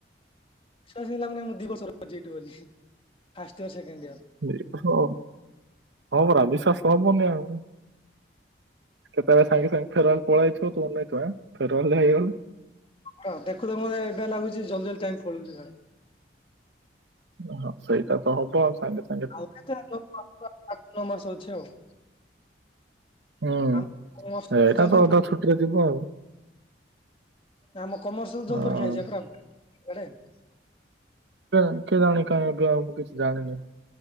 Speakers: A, on the left; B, on the right.
A: ବିଶ୍ବାସ <unintelligible> ଲାଭ ନାହିଁ ମୁଁ ଦି ବର୍ଷ ର <inaudible> ଯିବି ବୋଲି ଫାଷ୍ଟ ଇୟର୍ ସେକେଣ୍ଡ ଇୟର୍।
B: ବି- ହଁ ହଁ ପରା ବିଶ୍ବାସ ହବନି ଆଉ। କେତେବେଳେ ସାଙ୍ଗେ ସାଙ୍ଗେ ଫେରୱାଲ ପଳେଇଥିବ ତୁ ଅନେଇଛୁ ଆଁ, ଫେରୱାଲ ହେଇଗଲେ
A: ହଁ ଦେଖୁ ଦେଖୁ ଏ ଏବେ ଲାଗୁଛି ଜଲଦି ଜଲଦି ଟାଇମ୍ ପଳଉଛି ସାଡେ।
B: ଓ ହଁ, ସେଇଟା ତ ହବ ଆଉ ସାଙ୍ଗେ ସାଙ୍ଗ
A: ଆଉ କେତେ ମାସ <inaudible> ଆଠ ମାସ ଅଛି ଆଉ।
B: ହଁ
A: ଆମ କମର୍ସ
B: ଏଇଟା
A: ଜଲଦି
B: ତ ଅଧା
A: ପରୀକ୍ଷା
B: ଛୁଟିରେ ଯିବ ଆଉ।
A: ନା ଆମ କମର୍ସଲ ଜୋନ୍
B: ହଁ
A: ପରୀକ୍ଷା ହେଇଛି <unintelligible>
B: କେ କେଜାଣି କ-ବ-କିଛି ଜାଣିନିି।